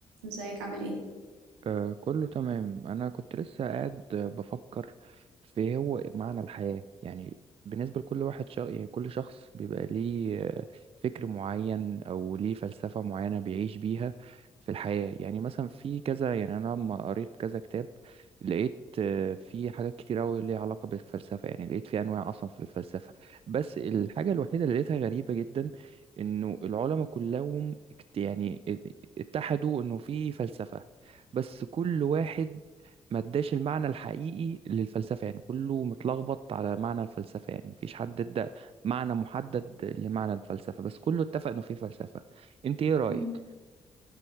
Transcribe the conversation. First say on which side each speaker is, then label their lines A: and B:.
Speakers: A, on the right (about 85°); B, on the right (about 45°).
A: ازيك عامل ايه
B: آه كله تمام أنا كنت لسه قاعد آه، بفكر في هو معنى الحياة يعني بالنسبة لكل واحد شخ... يعني كل شخص بيبقى ليه آه، فكر معين أو ليه فلسفة معينة بيعيش بيها في الحياة يعني مثلا في كذا يعني أنا لما قريت كذا كتاب لقيت آه، في حاجات كتير أوي ليها علاقة بالفلسفة يعني لقيت في أنواع أصلا في الفلسفة بس الحاجة الوحيدة اللي لقيتها غريبة جدا إنه العلماء كلهم اكت- يعني اتحدوا إنه في فلسفة بس كل واحد ما اداش المعنى الحقيقي للفلسفة يعني كله متلخبط على معنى الفلسفة يعني مفيش حد ادى معنى محدد لمعنى الفلسفة بس كله اتفق انه في فلسفة انت ايه رأيك؟
A: مم.